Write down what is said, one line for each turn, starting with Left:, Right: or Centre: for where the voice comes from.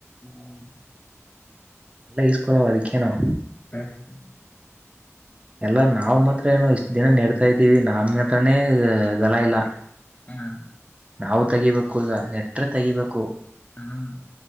Left: ಹ್ಮ್
Right: ಎಲ್ಲ ಯೂಸ್ಕಳಲ್ಲ ಅದಕ್ಕೆನಾವು
Left: ಪಸ್ಟ್
Right: ಎಲ್ಲ ನಾವು ಮಾತ್ರ ಏನೋ ಇಷ್ಟ್ ದಿನ ನಡ್ತಾ ಇದ್ದೀವಿ ನಮ್ ಮಾತ್ರಾನೇ ಗಲ ಇಲ್ಲ
Left: ಹ್ಮ
Right: ನಾವು ತೆಗಿಬೇಕು ಈಗ ನೆಟ್ರ ತೆಗಿಬೇಕು
Left: ಹ್ಮ್